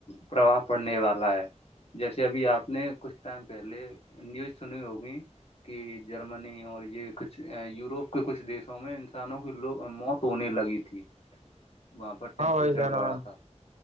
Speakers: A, on the left (about 60°); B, on the right (about 75°).
A: پرباؤ پڑنے والا ہے جیسے ابھی آپ نے کچھ ٹائم پہلے نیوز سنی ہوگی کہ جرمنی اور یہ کچھ یوروپ کچھ دیسوں میں انسانوں کی موت ہونے لگی تھی وہاں پر ٹیمپریچر
B: ہاں بھائی جان
A: بڑھا
B: ہاں
A: تھا